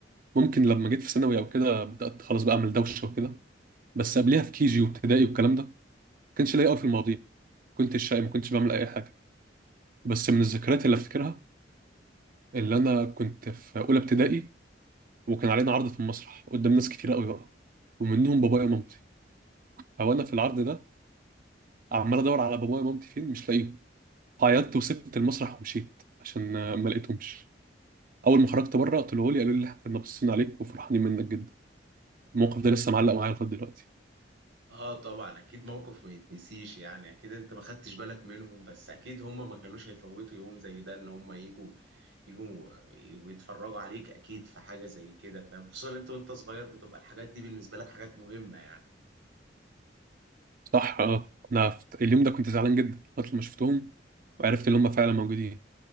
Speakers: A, on the right (about 45°); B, on the right (about 80°).
A: ممكن لما جيت في ثانوي او كده بدات خلاص بقى اعمل دوشه وكده بس قبلها في كيجي وابتدائي والكلام ده ما كانش ليا قوي في المواضيع كنت شقي ما كنتش بعمل اي حاجه بس من الذكريات اللي افتكرها اللي انا كنت في اولى ابتدائي وكان علينا عرض في المسرح قدام ناس كتير قوي بقى ومنهم بابايا ومامتي هو انا في العرض ده عمال ادور على بابايا ومامتي فين مش لاقيهم عيطت وسبت المسرح ومشيت عشان آه، ما لقيتهمش اول ما خرجت بره طلعوا لي قالوا لي احنا كنا باصين عليك وفرحانين منك جدا الموقف ده لسه معلق معايا لغايه دلوقتي
B: اه طبعا اكيد موقف ما يتنسيش يعني اكيد انت ما خدتش بالك منهم بس اكيد هم ما كانوش هيفوتوا يوم زي ده ان هم يجوا يجوا ويتفرجوا عليك اكيد في حاجة زي كده فاهم خصوصا انت وانت صغير بتبقى الحاجات دي بالنسبة لك حاجات مهمة يعني
A: صح اه انا في- اليوم ده كنت زعلان جدا لغايه لما شفتهم وعرفت ان هم فعلا موجودين